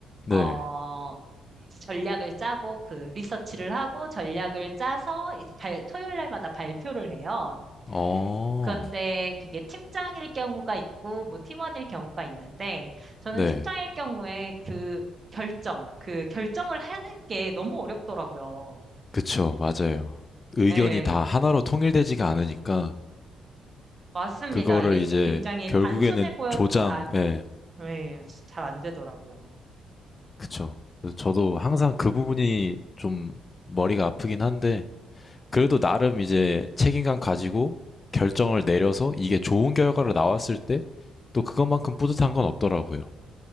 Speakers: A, on the left; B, on the right.
A: 네,
B: 어, 이제 전략을 짜고 그 리서치를 하고 전략을 짜서 이제 발, 토요일 날마다 발표를 해요.
A: 어,
B: 그런데 그게 팀장일 경우가 있고 뭐 팀원일 경우가 있는데 저는
A: 네,
B: 팀장일 경우에 그 결정, 그 결정을 하는 게 너무 어렵더라고요.
A: 그쵸, 맞아요. 의견이
B: 예,
A: 다 하나로 통일되지가 않으니까,
B: 맞습니다.
A: 그거를
B: 이게
A: 이제,
B: 굉장히
A: 결국에는
B: 단순해 보여도
A: 조장,
B: 안,
A: 예,
B: 예, 잘 안 되더라고요.
A: 그쵸. 그래서 저도 항상 그 부분이 좀 머리가 아프긴 한데, 그래도 나름 이제 책임감 가지고 결정을 내려서 이게 좋은 결과로 나왔을 때, 또 그것만큼 뿌듯한 건 없더라고요.